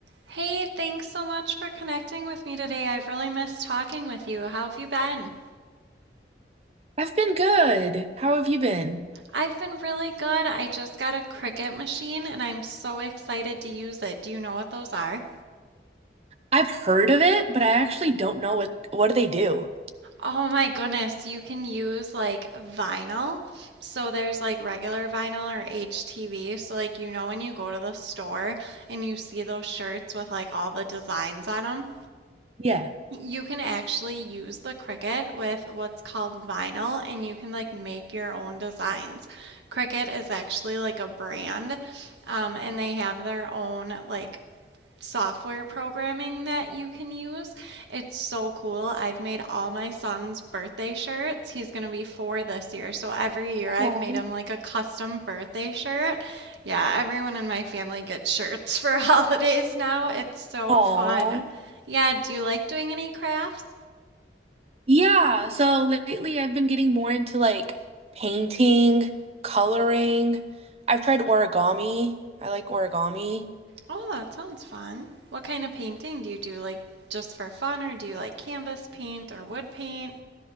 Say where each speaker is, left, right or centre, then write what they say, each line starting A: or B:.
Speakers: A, on the right (about 80°); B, on the right (about 35°).
A: Hey, thanks so much for connecting with me today. I've really missed talking with you. How have you been?
B: I've been good. How have you been?
A: I've been really good. I just got a Cricut machine and I'm so excited to use it. Do you know what those are?
B: I've heard of it, but I actually don't know what what do they do?
A: Oh my goodness, you can use like vinyl. So there's like regular vinyl or HTV. So like you know when you go to the store and you see those shirts with like all the designs on them?
B: Yeah.
A: You can actually use the Cricut with what's called vinyl and you can like make your own designs. Cricut is actually like a brand, um, and they have their own like software programming that you can use. It's so cool. I've made all my son's birthday shirts. He's going to be four this year. So every year
B: Oh.
A: I've made him like a custom birthday shirt. Yeah, everyone in my family gets shirts for <laughs> holidays now. It's so
B: Oh.
A: fun. Yeah, do you like doing any crafts?
B: Yeah, so lately I've been getting more into like painting, coloring. I've tried origami. I like origami.
A: Oh, that sounds fun. What kind of painting do you do? Like just for fun, or do you like canvas paint or wood paint?